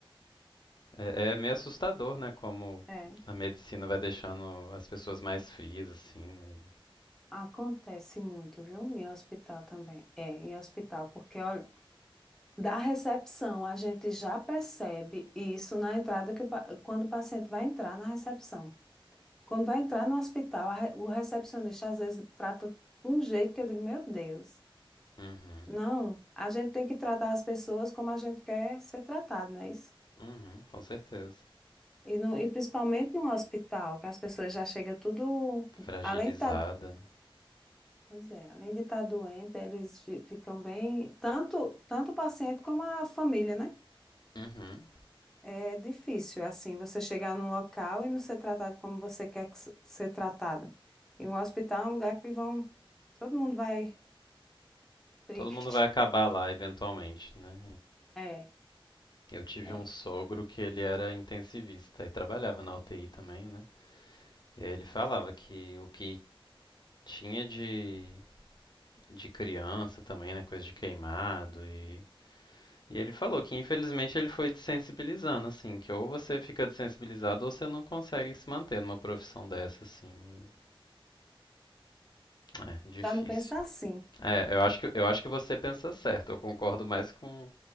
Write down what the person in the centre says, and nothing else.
É,
acontece muito, viu? Em hospital também. É, em hospital, porque olha, da recepção a gente já percebe isso na entrada que o pa- quando o paciente vai entrar na recepção. Quando vai entrar no hospital, a re- o recepcionista às vezes trata um jeito que eu digo, meu Deus.
Não, a gente tem que tratar as pessoas como a gente quer ser tratado, não é isso?
E, no, e principalmente no hospital, que as pessoas já chegam tudo,
além de estar,
pois é, além de estar doente, eles fi- ficam bem, tanto, tanto o paciente como a família, né?
É difícil, assim, você chegar num local e não ser tratado como você quer que se- ser tratado. E o hospital é um lugar que vão, todo mundo vai Triste.
É,
é.
Já não pensa assim.